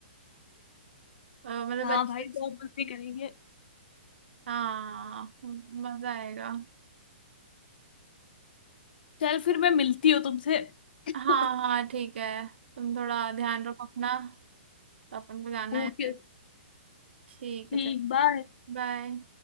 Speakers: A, on the right; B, on the left.
A: अ, मतलब
B: हाँ
A: अच्छे
B: भाई बहुत मस्ती करेंगे
A: हाँ मजा आएगा
B: चल फिर मैं मिलती हूँ तुमसे <laughs>
A: हाँ हाँ ठीक है तुम थोड़ा ध्यान रखो अपना तो अपन को जाना
B: ओके
A: है फिर ठीक
B: ठीक
A: है चल
B: बाय
A: बाय